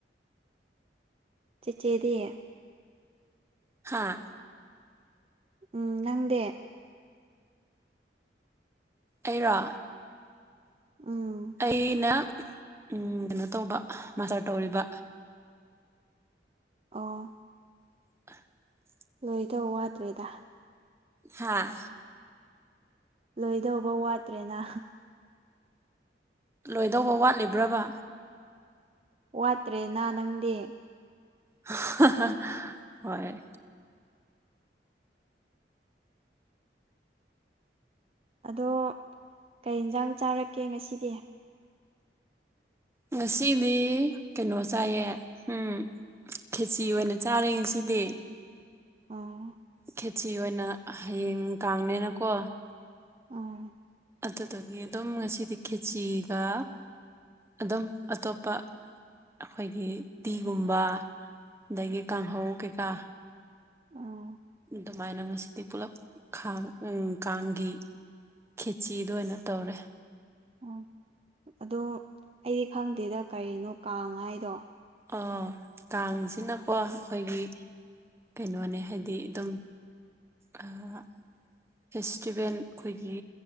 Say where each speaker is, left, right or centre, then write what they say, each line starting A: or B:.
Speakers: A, on the right; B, on the right.
A: ꯆꯤꯆꯦꯗꯤ
B: ꯍꯥꯥ
A: ꯎꯝ ꯅꯪꯗꯤ
B: ꯑꯩꯔꯣ
A: ꯎꯝ
B: ꯑꯩꯅ ꯎꯝ ꯀꯩꯅꯣ ꯇꯧꯕ ꯃꯥꯁꯇꯔ ꯇꯧꯔꯤꯕ
A: ꯑꯣ
B: <inaudible>
A: ꯂꯣꯏꯗꯧ ꯋꯥꯠꯇ꯭ꯔꯦꯗ
B: ꯍꯥꯥ
A: ꯂꯣꯏꯗꯧꯕ ꯋꯥꯠꯇ꯭ꯔꯦꯅ
B: ꯂꯣꯏꯗꯧꯕ ꯋꯥꯠꯂꯤꯕ꯭ꯔꯕ
A: ꯋꯥꯠꯇ꯭ꯔꯦꯅ ꯅꯪꯗꯤ
B: <unintelligible> ꯍꯣꯏ
A: ꯑꯗꯣ ꯀꯩ ꯏꯟꯖꯥꯡ ꯆꯥꯔꯛꯀꯦ ꯉꯁꯤꯗꯤ
B: ꯉꯁꯤꯗꯤ ꯀꯩꯅꯣ ꯆꯥꯏꯌꯦ ꯎꯝ ꯈꯦꯆꯤ ꯑꯣꯏꯅ ꯆꯥꯔꯦ ꯉꯁꯤꯗꯤ
A: ꯑꯣ
B: ꯈꯦꯆꯤ ꯑꯣꯏꯅ ꯍꯌꯦꯡ ꯀꯥꯡꯅꯦꯅꯀꯣ
A: ꯑꯥ
B: ꯑꯗꯨꯗꯒꯤ ꯑꯗꯨꯝ ꯉꯁꯤꯗꯤ ꯈꯦꯆꯤꯒ ꯑꯗꯨꯝ ꯑꯇꯣꯞꯄ ꯑꯩꯈꯣꯏꯒꯤ ꯇꯤꯒꯨꯝꯕ ꯑꯗꯒꯤ ꯀꯥꯡꯍꯧ ꯀꯩꯀꯥ
A: ꯑꯣ
B: ꯗꯨꯃꯥꯏꯅ ꯉꯁꯤꯗꯤ ꯄꯨꯂꯞ ꯈꯥꯡ ꯎꯝ ꯀꯥꯡꯒꯤ ꯈꯦꯆꯤꯗꯨ ꯑꯣꯏꯅ ꯇꯧꯔꯦ
A: ꯎꯝ ꯑꯗꯣ ꯑꯩꯗꯤ ꯈꯪꯗꯦꯗ ꯀꯔꯤꯅꯣ ꯀꯥꯡ ꯍꯥꯏꯗꯣ
B: ꯑꯣ ꯀꯥꯡꯖꯤꯅꯀꯣ ꯑꯩꯈꯣꯏꯒꯤ ꯀꯩꯅꯣꯅꯦ ꯍꯥꯏꯗꯤ ꯑꯗꯨꯝ
A: <inaudible>
B: ꯑꯥ ꯐꯦꯁꯇꯤꯚꯦꯜ ꯑꯩꯈꯣꯏꯒꯤ